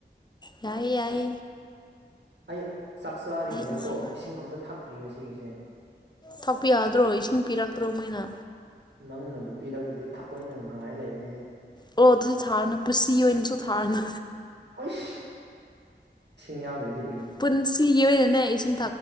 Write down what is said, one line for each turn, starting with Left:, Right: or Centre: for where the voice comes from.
Left: ꯌꯥꯏ ꯌꯥꯏ
Right: ꯑꯩ ꯆꯥꯛ ꯆꯥꯔꯤꯉꯩꯗꯀꯣ
Left: ꯏꯃꯥ ꯌꯥꯏ
Right: ꯏꯁꯤꯡ ꯑꯝꯇ ꯊꯥꯛꯛꯇ꯭ꯔꯤ ꯉꯁꯤꯒꯤꯁꯦ
Left: ꯊꯥꯛꯄꯤꯔꯛꯑꯗ꯭ꯔꯣ ꯏꯁꯤꯡ ꯄꯤꯔꯛꯇ꯭ꯔꯣ ꯃꯣꯏꯅ
Right: ꯅꯪꯅꯕꯨ ꯄꯤꯔꯛꯇ꯭ꯔꯗꯤ ꯊꯛꯑꯣꯏꯅ ꯉꯥꯏꯔ ꯂꯩꯕꯅꯤꯅꯦ
Left: ꯑꯣ ꯑꯗꯨꯁꯨ ꯊꯥꯅ ꯄꯨꯟꯁꯤ ꯑꯣꯏꯅ ꯑꯣꯏꯅꯁꯨ ꯊꯥꯅ
Right: ꯍꯣꯏꯁ ꯏꯁꯤꯡ ꯌꯥꯎꯗ꯭ꯔꯦꯗꯤ
Left: ꯄꯨꯟꯁꯤꯒꯤ ꯑꯣꯏꯅꯅꯦ ꯏꯁꯤꯡ